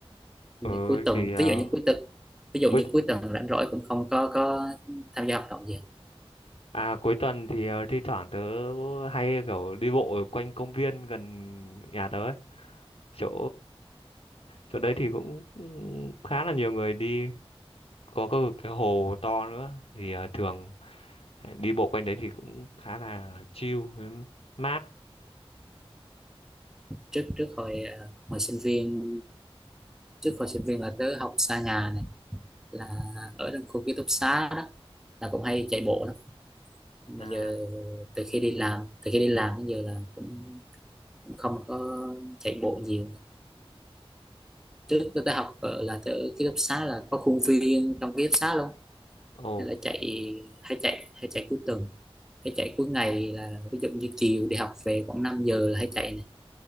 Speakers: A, in the centre; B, on the left (about 75°).
A: Thì
B: ừ,
A: cuối tuần
B: thì ờ,
A: ví dụ như cuối tuần ví dụ
B: cuối
A: như cuối tuần rảnh rỗi cũng không có có tham gia hoạt động gì
B: à cuối tuần thì ờ, thi thoảng tớ hay kiểu đi bộ ở quanh công viên gần nhà tớ ấy. Chỗ chỗ đấy thì cũng cũng khá là nhiều người đi có cái, cái hồ to nữa thì ờ, thường đi bộ quanh đấy thì cũng khá là chill với mát
A: trước trước hồi ờ, hồi sinh viên trước hồi sinh viên là tớ học xa nhà này là ở trong khu ký túc xá đó là cũng hay chạy bộ lắm mà
B: à
A: giờ từ khi đi làm từ khi đi làm đến giờ là cũng, cũng không có chạy bộ nhiều trước tôi đã học ở là tôi ở ký túc xá là có khuôn viên trong ký túc xá luôn
B: ồ
A: nên là chạy hay chạy hay chạy cuối tuần hay chạy cuối ngày là ví dụ như chiều đi học về khoảng 5 giờ là hay chạy này